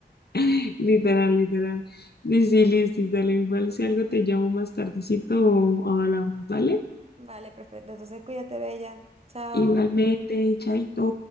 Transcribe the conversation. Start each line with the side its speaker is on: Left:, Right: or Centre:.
Left: <laughs> Literal, literal. Sí, sí, listis, dale. Igual si algo te llamo más tardecito o hablamos, ¿vale?
Right: Vale, perfecto. Entonces cuídate, bella. Chao.
Left: Igualmente, chaito.